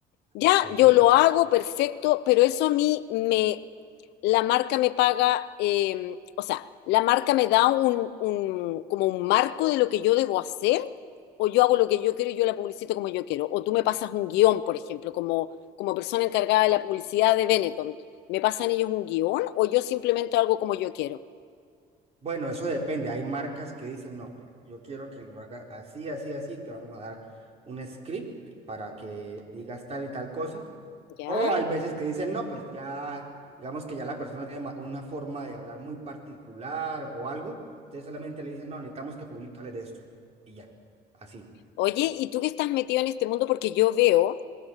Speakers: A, on the left; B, on the right.
A: Ya,
B: sí.
A: yo lo hago, perfecto, pero eso a mí me, la marca me paga, eh, o sea, la marca me da un, un- como un marco de lo que yo debo hacer, o yo hago lo que yo quiero y yo la publicito como yo quiero, o tú me pasas un guión, por ejemplo, como, como persona encargada de la publicidad de Benetton, ¿me pasan ellos un guión o yo simplemente hago como yo quiero?
B: Bueno, eso depende. Hay marcas que dicen, no, mira, yo quiero que lo haga así, así, así. Te vamos a dar un script para que digas tal y tal cosa.
A: ¿Ya?
B: O hay veces que dicen, no, pues ya, digamos que ya la persona tiene ma- una forma de hablar muy particular o algo. Entonces solamente le dicen, no, necesitamos que publiques de esto. Y ya, así.
A: Oye, ¿y tú que estás metido en este mundo? Porque yo veo